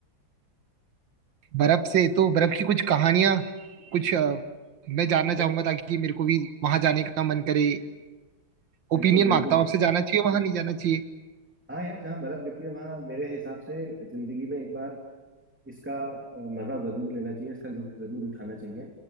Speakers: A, on the right; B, in the centre.
A: बर्फ से तो बर्फ की कुछ कहानियां कुछ अ, मैं जानना चाहूंगा
B: यार
A: ताकि मेरे को भी वहां जाने का मन करे ओपिनियन
B: बिल्कुल
A: मांगता
B: बिल्कुल
A: हूँ आपसे जाना चाहिए वहां नहीं जाना चाहिए
B: हाँ यार जहाँ बर्फ गिरती है वहाँ मेरे हिसाब से जिंदगी में एक बार इसका अ, मजा जरूर लेना चाहिए इसका लुत्फ जरूर उठाना चाहिए